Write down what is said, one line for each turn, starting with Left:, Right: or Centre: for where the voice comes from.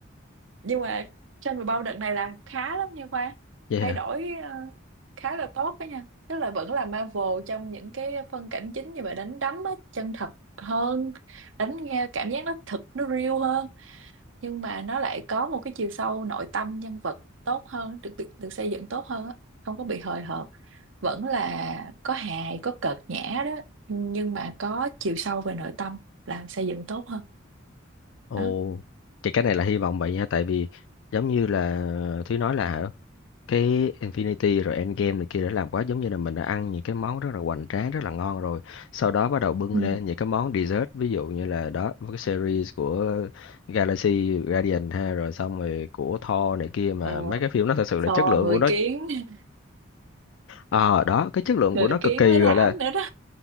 Right: nhưng mà trên mười bao đợt này làm khá lắm nha Khoa
Left: vậy hả?
Right: thay đổi ờ, khá là tốt đó nha tức là vẫn là Marvel trong những cái phân cảnh chính như vậy đánh đấm á, chân thật hơn đánh nghe cảm giác nó thực nó real hơn nhưng mà nó lại có một cái chiều sâu nội tâm nhân vật tốt hơn được được, được xây dựng tốt hơn á không có bị hời hợt vẫn là có hài có cợt nhã đó nhưng nhưng mà có chiều sâu về nội tâm làm xây dựng tốt hơn
Left: Ồ,
Right: đó
Left: thì cái này là hy vọng vậy nha tại vì giống như là Thúy nói là hả, cái Infinity rồi Endgame này kia đã làm quá giống như là mình đã ăn những cái món rất là hoành tráng rất là ngon rồi sau đó bắt đầu bưng
Right: Ừ.
Left: lên những cái món dessert ví dụ như là đó với cái series của Galaxy Guardian ha rồi xong rồi của Thor này kia mà
Right: Ờ,
Left: mấy cái phim nó thật sự là
Right: Ờ,
Left: chất lượng
Right: người
Left: của nó
Right: kiến <laughs>
Left: ờ đó cái chất lượng
Right: người
Left: của nó
Right: kiến
Left: cực kỳ
Right: với
Left: gọi
Right: Thảo
Left: là
Right: nữa đó